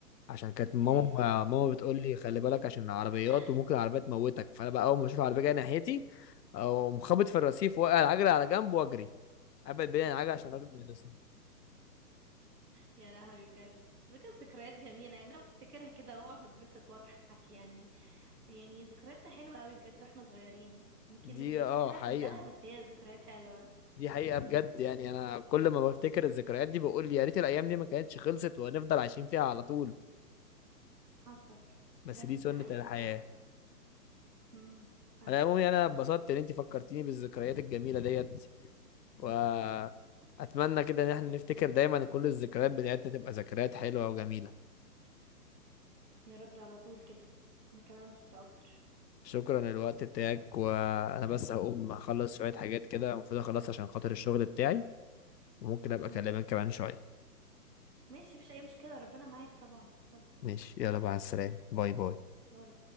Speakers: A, on the left (about 80°); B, on the right (about 70°).
A: عشان كانت ماما
B: يعني
A: ماما بتقول لي خلي بالك عشان العربيات
B: <laughs>
A: وممكن العربية تموتك فأنا بقى أول ما أشوف عربية جاية ناحيتي أقوم خابط في الرصيف وأوقع العجلة على جنب وأجري أبعد بين العجلة عشان الراجل ما يدوسني
B: يا لهوي بجد بس كانت ذكريات جميلة يعني انا بفتكرها كده واقعد اتبسط واضحك يعني يعني ذكرياتنا حلوة قوي بجد واحنا صغيرين يمكن
A: دي
B: مش بنفتكرها
A: أه حقيقة
B: كلها بس هي ذكريات حلوة
A: دي حقيقة
B: امم
A: بجد يعني أنا كل ما بفتكر الذكريات دي بقول يا ريت الأيام دي ما كانتش خلصت وهنفضل عايشين فيها على طول
B: حصل
A: بس
B: بجد
A: دي سنة
B: دي حقيقة
A: الحياة
B: فعلا امم فعلا
A: على العموم يعني أنا اتبسطت إن أنت فكرتيني بالذكريات الجميلة ديت وأتمنى كده إن إحنا نفتكر دايما كل الذكريات بتاعتنا تبقى ذكريات حلوة وجميلة
B: يا رب على طول كده انا كمان مبسوطة اكتر
A: شكرا للوقت بتاعك وأنا بس هقوم أخلص شوية حاجات كده المفروض أخلص عشان خاطر الشغل بتاعي وممكن أبقى
B: امم
A: أكلمك كمان شوية
B: ماشي مفيش اي مشكلة ربنا معاك طبعا اتفضل
A: ماشي يلا مع السلامة باي باي
B: باي